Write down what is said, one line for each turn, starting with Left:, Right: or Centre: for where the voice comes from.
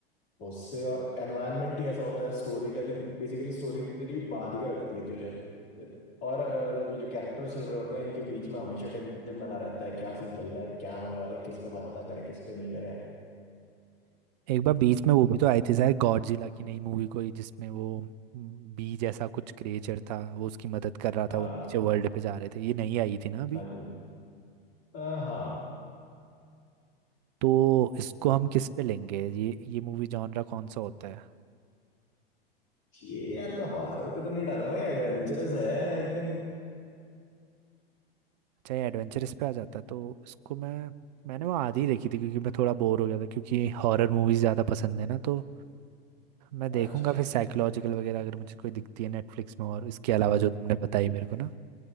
Left: उससे और एनवायरनमेंट ही ऐसा होता है स्टोरी टेलिंग बेसिकली स्टोरी तेरी बांध के रखती है तुझे और अ, ये जो कैरेक्टर्स चल रहे होते हैं इनके बीच में हमेशा टेंशन बना रहता है क्या सीन चल रहा है क्या होने वाला है किस पे भरोसा करें किस पे नहीं करें
Right: एक बार बीच में वो भी तो आई थी शायद गॉडजिला की नई मूवी कोई जिसमें वो हम्म, बी जैसा कुछ क्रिएचर था वो उसकी मदद कर रहा
Left: अ,
Right: था
Left: हाँ
Right: वो नीचे वर्ल्ड पे जा रहे थे ये नहीं आई थी ना अभी
Left: जी अ, हाँ
Right: तो इसको हम किस पे लेंगे ये ये मूवी जॉनरा कौन सा होता है
Left: ये यार मैं हॉरर पे तो नहीं डालूंगा ये एडवेंचरस है आई थिंक
Right: चाहे एडवेंचरस पे आ जाता तो उसको मैं मैंने वो आधी देखी थी क्योंकि मैं थोड़ा बोर हो गया था क्योंकि हॉरर मूवीज ज़्यादा पसंद है ना तो मैं देखूंगा
Left: अच्छा
Right: फिर साइकोलॉजिकल वगैरह अगर मुझे कोई दिखती है नेटफ्लिक्स में और इसके अलावा जो तुमने बताई मेरे को ना